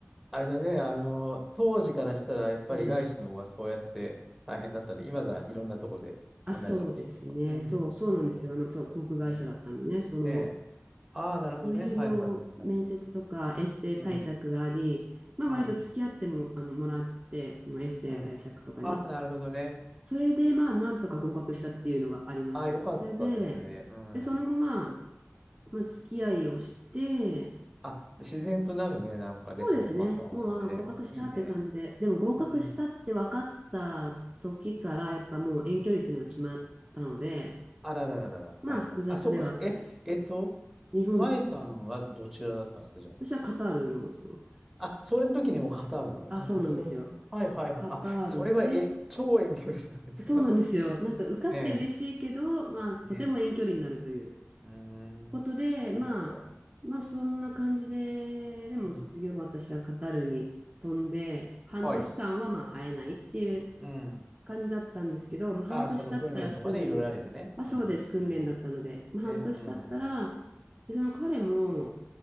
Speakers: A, in the centre; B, on the right.
A: あれだね。あの、当時からしたら、やっぱり外資の方がそうやって大変だったね。
B: えー
A: 今じゃいろんなとこで同じのことだけど。
B: あ、そうですね。
A: うん。
B: そう、そうなんですよ。
A: なるほど。
B: あの、そう、航空会社だったんでね、
A: うんね
B: その、
A: え。ああ、なるほどね。
B: そういうの、
A: はいはいはいはい。
B: 面接とかエッセイ対策があり、
A: うん。
B: まあ、
A: うん。
B: 割と付き合っても、あの、もらって、そのエッセイ対策とかに。
A: うん。あ、なるほどね。
B: それで、まあ、なんとか合格したっていうのがあります。
A: あ、よかったですね。
B: それで、
A: うん。
B: で、その後、まあ、まあ、付き合いをして、
A: あ、自然となるね。なんかね、
B: そうですね。
A: そのパターンはね。
B: もう、あの、合格したって感じで、
A: うんいいね。
B: でも合格したって分かった時から、
A: うん。
B: やっぱもう遠距離っていうのが決まったので、
A: うんあららららら。
B: まあ、
A: はいはい。
B: 複雑ではあったん
A: あ、そうかそうか。え、えっと、
B: 日本と、
A: 舞さんはどちらだったんですか、じゃあ。
B: 私はカタールの、その、
A: あ、それの時にもうカタールなのね。
B: あ、
A: あ、
B: そうなんですよ。
A: なるほどね。はいはいはい。
B: カタールで、
A: あ、それは、え、超遠距離じゃないですか。
B: そうなんですよ。
A: <laughs>
B: なんか受かって嬉しいけど、
A: ね
B: まあ、とても遠距離になるという
A: えねえ。うーん。
B: ことで、
A: そっか。
B: まあ、まあ、そんな感じで、でも卒業後私はカタールに飛んで、
A: うん。
B: 半年間はまあ会えないっていう
A: はい。うん。
B: 感じだったんですけど、まあ、半年経ったらすぐに、
A: あ、その訓練とかね、いろいろあるよね。
B: あ、
A: うん。
B: そうです、訓練だったので、
A: うん。
B: まあ、
A: ね。
B: 半年経ったら、
A: うん。
B: でその彼も、